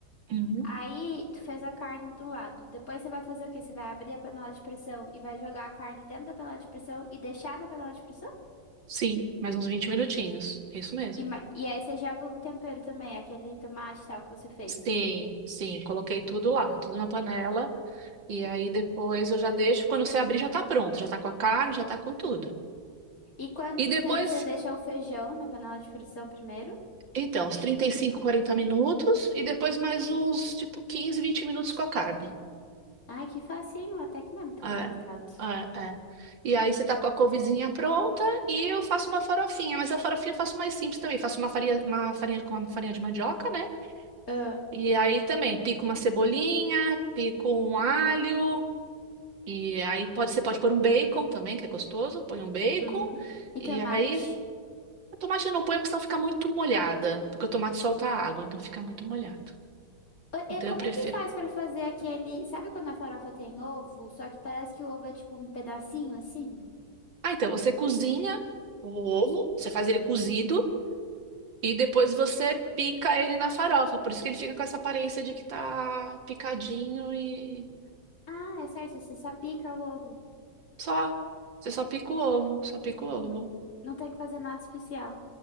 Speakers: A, on the right; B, on the left.
A: uhum,
B: Aí, tu fez a carne do lado. Depois você vai fazer o quê? Você vai abrir a panela de pressão e vai jogar a carne dentro da panela de pressão e deixar na panela de pressão?
A: Sim, mais uns 20 minutinhos. É isso mesmo.
B: E, ma- e aí você joga o tempero também, aquele tomate e tal que você fez.
A: Sim, sim, coloquei tudo lá, tudo na panela. E aí depois eu já deixo, quando você abrir já tá pronto, já tá com a carne, já tá com tudo.
B: E quanto
A: E depois,
B: tempo você deixa o feijão na panela de frição primeiro?
A: então, os 35 40 minutos e depois mais uns, tipo, 15 20 minutos com a carne.
B: Ai, que facinho, até que não é muito
A: É,
B: complicado.
A: é, é. E aí você tá com a couvezinha pronta e eu faço uma farofinha, mas a farofinha eu faço mais simples também, faço uma farinha, uma farinha com uma farinha de mandioca, né?
B: Ah,
A: E aí também pico uma cebolinha, pico um alho, E aí pode, você pode pôr um bacon também, que é gostoso. Põe um bacon.
B: uhum. E
A: E
B: tomate.
A: aí, o tomate eu não ponho, porque senão fica muito molhada. Porque o tomate solta a água, então fica muito molhado.
B: Ah,
A: Então
B: e Como
A: eu prefiro.
B: é que faz pra fazer aquele. Sabe quando a farofa tem ovo? Só que parece que o ovo é tipo um pedacinho assim?
A: Ah, então você cozinha o ovo, você faz ele cozido. E depois você pica ele na farofa. Por isso que ele fica com essa aparência de que tá picadinho e
B: Ah, é só isso, você só pica o ovo.
A: só. Você só pica o ovo, só pica o ovo.
B: Não, não tem que fazer nada especial.